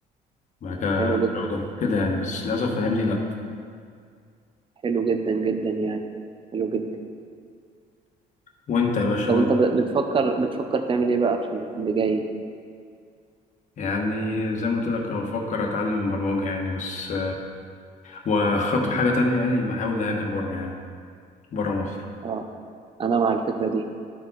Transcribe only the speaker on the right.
حلو جدا
حلو جدا جدا يعني حلو جدا
طب
انت ب- بتفكر بتفكر تعمل ايه بقى في اللي في اللي جاي
اه انا مع الفكره دي